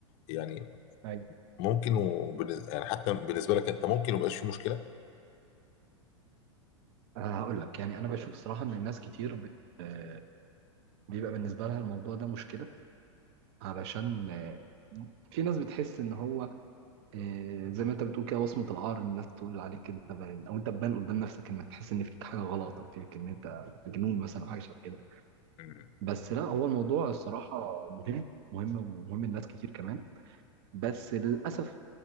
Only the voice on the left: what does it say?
يعني
ممكن وبالنز... يعني حتى بالنسبه لك انت ممكن ميبقاش فيه مشكله
مم.